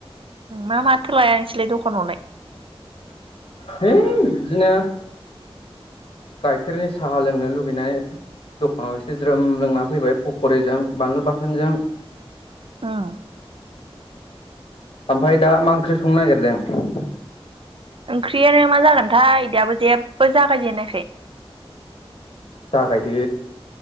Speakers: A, on the right; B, on the left.
A: मा माथ लाया? नोंसोरलाय दखानावलाय।
B: हो बिदिनो गाइखेरनि साहा लोंनो लुगैनानै, दखानाव एसे ज्रोम लोंना फैबाय फख'रिजों बानलु बाथोनजों।
A: <unintelligible>
B: ओमफ्राय दा मा ओंख्रि संनो नागिरदों?
A: ओंख्रियानो मा जागोनथाय? दाबो जेबो जागायजेनायखोय।
B: जागायदो,